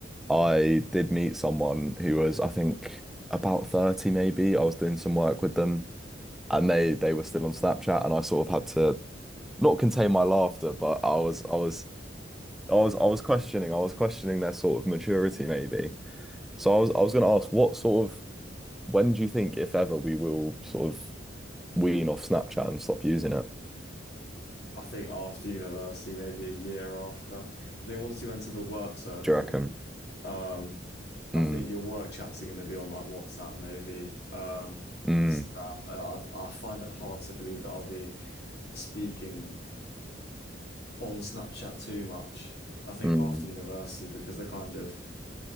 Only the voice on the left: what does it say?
I think after university, maybe a year after, I think once you enter the work circle,
um, I
think your work chats are going to be on like WhatsApp, maybe, um,
Instagram. I, I I find it hard to believe that I'll be speaking on Snapchat too much. I think
after university because the kind of,